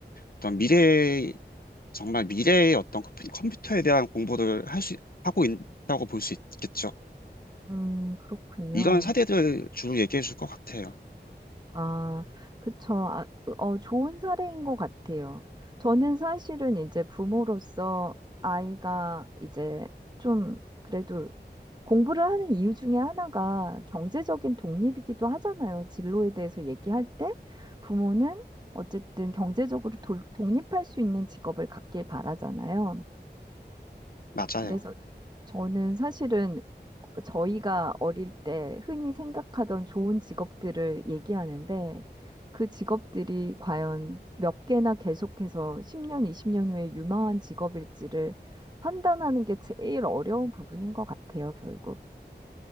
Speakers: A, on the left; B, on the right.
A: 어떤 미래, 정말 미래의 어떤 컴퓨- 컴퓨터에 대한 공부를 할 수, 하고 있다고 볼 수 있겠죠.
B: 음, 그렇군요.
A: 이런 사례들 주로 얘기해 줄 것 같아요.
B: 아, 그쵸. 아, 그, 어, 좋은 사례인 것 같아요. 저는 사실은 이제 부모로서 아이가 이제 좀 그래도 공부를 하는 이유 중에 하나가 경제적인 독립이기도 하잖아요. 진로에 대해서 얘기할 때 부모는 어쨌든 경제적으로 돌- 독립할 수 있는 직업을 갖길 바라잖아요.
A: 맞아요.
B: 그래서 저는 사실은 저희가 어릴 때 흔히 생각하던 좋은 직업들을 얘기하는데 그 직업들이 과연 몇 개나 계속해서 10년, 20년 후에 유망한 직업일지를 판단하는 게 제일 어려운 부분인 것 같아요, 결국.